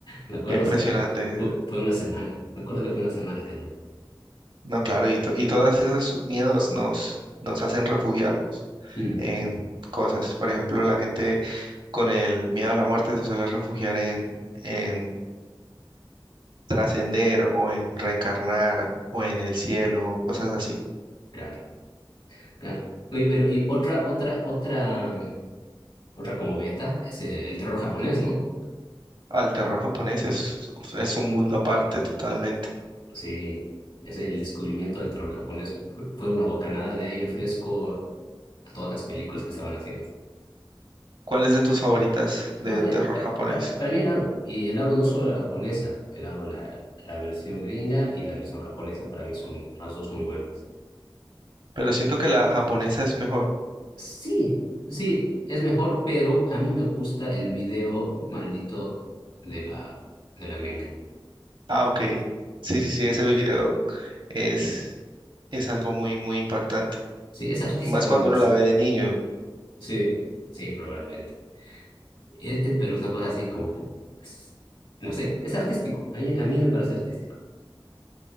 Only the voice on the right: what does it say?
Qué impresionante.
No, claro, y, to- y todos esos miedos nos, nos hacen refugiarnos
en cosas. Por ejemplo, la gente con el miedo a la muerte se suele refugiar en, en trascender o en reencarnar o en el cielo o cosas así.
Al terror japonés es, es un mundo aparte totalmente.
¿Cuál es de tus favoritas de
terror
japonés?
Pero siento que la japonesa es mejor.
Ah, ok. Sí, sí, sí, ese video es, es algo muy, muy impactante.
Más cuando
uno la ve de niño.